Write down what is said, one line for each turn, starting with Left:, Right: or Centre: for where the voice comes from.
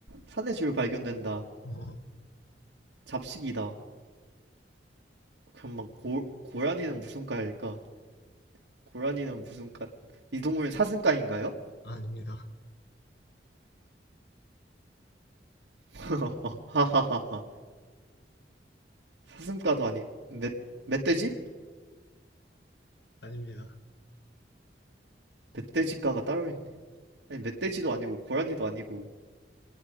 Right: 산에 주로 발견된다
Left: 어,
Right: 잡식이다 잠만 고 고라니는 무슨 과일까? 고라니는 무슨 과? 이 동물은 사슴과인가요?
Left: 아닙니다.
Right: <laughs> 하하하하 사슴과도 아니 멧 멧돼지?
Left: 아닙니다.
Right: 멧돼지과가 따로 있네. 아니 멧돼지도 아니고 고라니도 아니고.